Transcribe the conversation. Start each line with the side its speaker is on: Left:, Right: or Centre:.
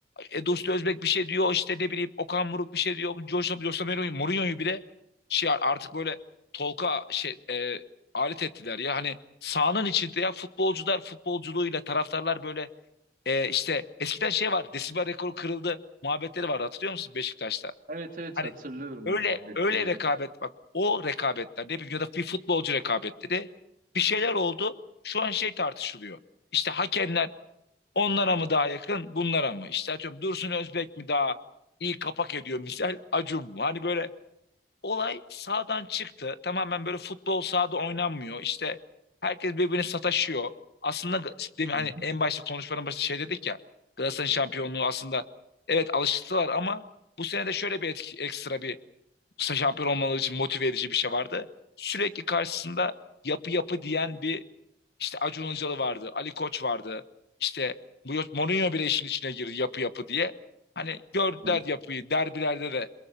Left: E, Dursun Özbek bir şey diyor. İşte ne bileyim Okan Buruk bir şey diyor. Jose, Jose Mourinho, Mourinho'yu bile şey artık böyle Tolga şey e, alet ettiler ya. Hani sahanın içinde ya futbolcular futbolculuğuyla taraftarlar böyle e, işte eskiden şey var. Desibel rekoru kırıldı muhabbetleri vardı hatırlıyor musun Beşiktaş'ta?
Right: Evet evet
Left: Hani
Right: hatırlıyorum
Left: Öyle
Right: o muhabbetleri
Left: öyle
Right: ya.
Left: rekabet bak o rekabetler ne bileyim ya da bir futbolcu rekabetleri bir şeyler oldu. Şu an şey tartışılıyor. İşte hakemler onlara mı daha yakın bunlara mı? İşte atıyorum Dursun Özbek mi daha iyi kapak ediyor misal <laughs> Acun mu? Hani böyle olay sağdan çıktı. Tamamen böyle futbol sahada oynanmıyor. İşte herkes birbirine sataşıyor. Aslında değil mi?
Right: Hı
Left: Hani
Right: hı.
Left: en başta konuşmanın başında şey dedik ya. Galatasaray'ın şampiyonluğu aslında evet alıştılar ama bu sene de şöyle bir etki, ekstra bir Musa şampiyon olmaları için motive edici bir şey vardı. Sürekli karşısında yapı yapı diyen bir işte Acun Ilıcalı vardı, Ali Koç vardı. İşte bu- Mourinho bile işin içine girdi yapı yapı diye. Hani gördüler
Right: Evet.
Left: yapıyı. Derbilerde de